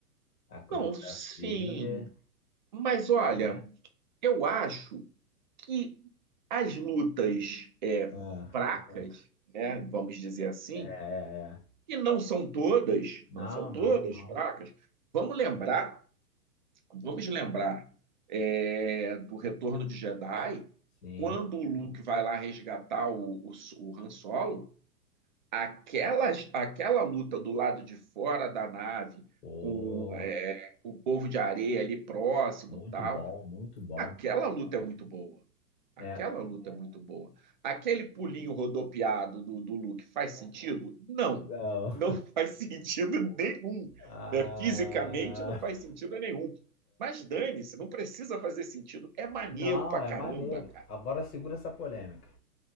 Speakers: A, on the left; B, on the right.
A: A coreografia,
B: Não, sim. Mas olha,
A: né?
B: eu acho que as lutas é,
A: Ah.
B: fracas,
A: <laughs>
B: né, vamos dizer assim,
A: É, é, é.
B: e não são todas,
A: Não,
B: não são todas
A: não, não.
B: fracas. Vamos lembrar Vamos lembrar é, do Retorno de Jedi,
A: Sim.
B: quando o Luke vai lá resgatar o, o, o Han Solo, aquela, aquela luta do lado de fora da nave,
A: Pô.
B: com é, o povo de areia ali próximo
A: Muito
B: e tal,
A: bom, muito bom.
B: Aquela luta é muito boa. Aquela
A: É,
B: luta é muito boa. Aquele pulinho rodopiado do, do Luke faz sentido? Não.
A: não.
B: Não <laughs> faz sentido nenhum.
A: Ah,
B: né? Fisicamente não faz sentido nenhum. Mas dane-se, não precisa fazer sentido. É maneiro
A: não,
B: pra
A: é
B: caramba,
A: maneiro.
B: cara.
A: Agora segura essa polêmica.